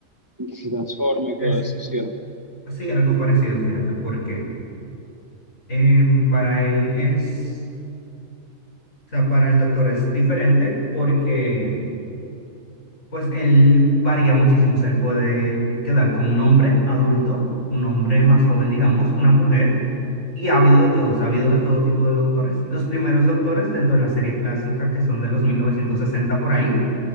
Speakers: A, on the right (about 15°); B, on the left (about 75°).
A: es que se transforma y
B: Eso.
A: todo eso, ¿cierto?
B: Sí, algo parecido, fíjate, porque em, para él es, o sea, para el doctor es diferente porque Pues él varía muchísimo, o sea, él puede quedar como un hombre adulto, un hombre más joven, digamos, una mujer, y ha habido de todos, ha habido de todo tipo de doctores. Los primeros doctores dentro de la serie clásica, que son de los 1960 por ahí,